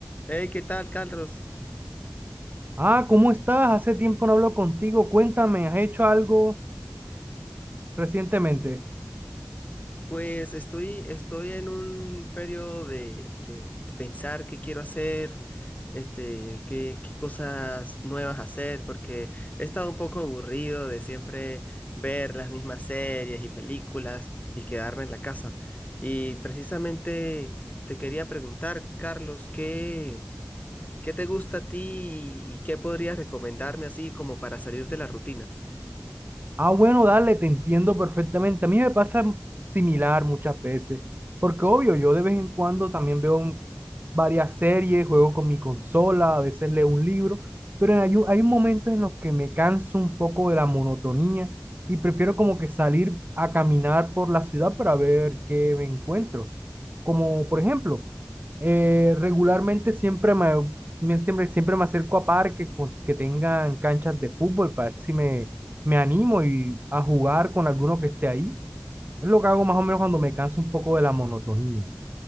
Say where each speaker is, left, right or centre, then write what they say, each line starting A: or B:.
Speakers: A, on the left; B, on the right.
A: Hey, ¿qué tal, Carlos?
B: Ah, ¿cómo estás? Hace tiempo no hablo contigo. Cuéntame, ¿has hecho algo recientemente?
A: Pues estoy, estoy en un periodo de, de pensar qué quiero hacer, este, qué, qué cosas nuevas hacer, porque he estado un poco aburrido de siempre ver las mismas series y películas y quedarme en la casa. Y precisamente te quería preguntar, Carlos, ¿qué, qué te gusta a ti y y qué podrías recomendarme así como para salir de la rutina?
B: Ah, bueno, dale, te entiendo perfectamente. A mí me pasa similar muchas veces, porque obvio, yo de vez en cuando también veo un- varias series, juego con mi consola, a veces leo un libro, pero hay, un- hay momentos en los que me canso un poco de la monotonía y prefiero como que salir a caminar por la ciudad para ver qué me encuentro. Como por ejemplo, eh, regularmente siempre me, me- siempre, siempre me acerco a parques con- que tengan canchas de fútbol para ver si me me animo y a jugar con alguno que esté ahí. Es lo que hago más o menos cuando me canso un poco de la monotonía.